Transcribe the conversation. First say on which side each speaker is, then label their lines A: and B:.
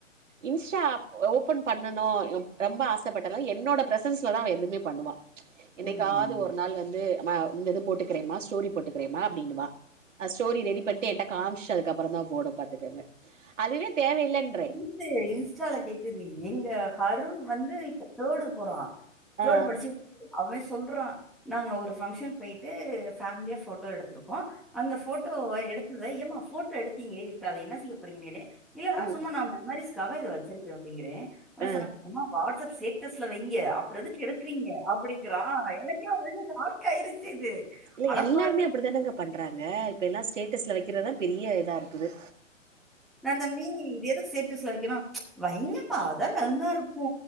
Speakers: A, on the right; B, in the centre.
A: இன்ஸ்டா ஓபன் பண்ணனு ரொம்ப ஆசப்பட்டனா என்னோட பிரசன்ஸ்ல தா அவ எதுவுமே பண்ணுவா என்னைக்காவுது
B: ம்.
A: ஒரு நாள் வந்து அம்மா இந்த இது போட்டுக்கிறேமா ஸ்டோரி போட்டுக்கிறேமா அப்டின்னுவா ஸ்டோரி ரெடி பண்ட்டு என்ட்ட காமிச்சுட்டு அதுக்கப்புறமா தா போடு பாத்துக்கெங்க அதுவே தேவையில்லன்ற
B: இந்து இன்ஸ்டால கேக்குது எங்க ஹருண் வந்து இப்ப தேடு போறா தேர்டு
A: ஆ
B: படிச்சு அவே சொல்றா நாங்க ஒரு ஃபங்க்ஷன் பேயிட்டு ஃபேமிலியா போட்டோ எடுத்திருப்போ அந்த போட்டோ எடுத்தத ஏமா போட்டோ எடுத்தீங்களே இப்ப அத என்ன செய்ய போறிங்க இல்லடா
A: ம்
B: சும்மா நா மெமரி்ஸ்காக வச்சிருப்பே அப்டிங்கிறே உடனே
A: ஆ
B: சொன்னா வாட்ஸ்அப் சே ஸ்டேட்டஸ்ல வைங்க அப்புறோ எதுக்கு எடுக்குறீங்க அப்டிங்கிறா எனக்கே ஒரு இதுல ஷார்க் ஆயிருச்சு இது
A: இல்ல
B: அடப்பா
A: எல்லாருமே அப்டித்தானங்க பண்றாங்க இப்ப எல்லா ஸ்டேட்டஸ்ல வைக்கிறதுதா பெரிய இதா இருக்குது
B: நா தம்பி இது எதுக்கு ஸ்டேட்டஸ்ல வைக்குணு வையிங்கம்மா அதா நல்லா இருக் கு